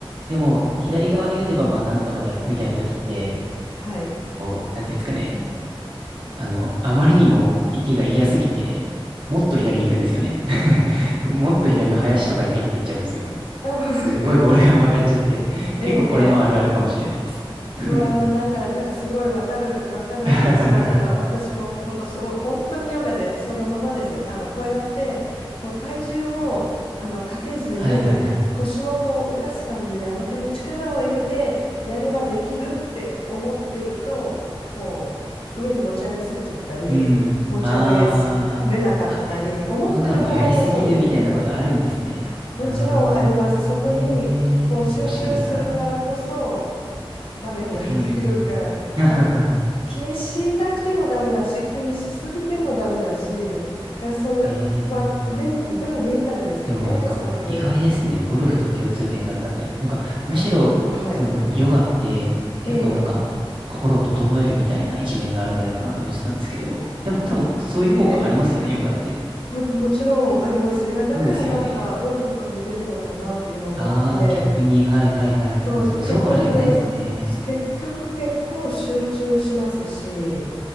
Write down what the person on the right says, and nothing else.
でも、
左側に打てば、まあ、なんとかなる、みたいな時って、
こう、なんていうんですかね。あの、あまりにも池が嫌すぎて、もっと左に行くんですよね。<laughs> もっと左の林とかに入っていっちゃうんですよ。
すごいボールが曲がっちゃって。
結構これもあるあるかもしれないです。<laughs>
は
いはいはい。
うん。
ああ。
ヨガもやりすぎるみたいなことあるんですね。
ああ、
え
え面白いな。
うんうんうん。<laughs>
ええ
でもなんか意外ですね。
ゴルフと共通点があるなんて。なんかむしろ、
そのヨガって結構なんか心を整えるみたいな一面があるんじゃないかなと思ってたんですけど、
でも多分そういう効果ありますよね、
ヨガって。
そうですよね。ああ、逆に、はいはいはいはい。
まあでもそうかもしれないですね。